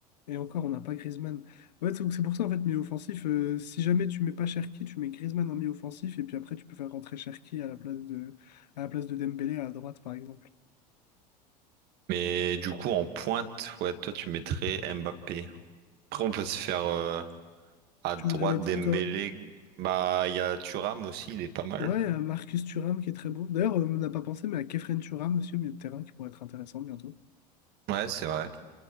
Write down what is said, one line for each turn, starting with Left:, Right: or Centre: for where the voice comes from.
Left: Et encore, on n'a pas Griezmann. Ouais, c'est c'est pour ça, en fait, milieu offensif, euh, si jamais tu mets pas Cherki, tu mets Griezmann en milieu offensif, et puis après, tu peux faire rentrer Cherki à la place de, à la place de Dembélé à droite, par exemple.
Right: Mais du coup, en pointe, ouais, toi, tu mettrais Mbappé. Après, on peut se faire euh, à
Left: Tu
Right: droite
Left: voudrais mettre
Right: Dembélé.
Left: qui, toi?
Right: Bah, il y a Thuram aussi, il est pas mal.
Left: Ouais, euh, Marcus Thuram, qui est très bon. D'ailleurs, euh, on n'a pas pensé, mais à Kefren Thuram aussi, au milieu de terrain, qui pourrait être intéressant bientôt.
Right: Ouais, c'est vrai.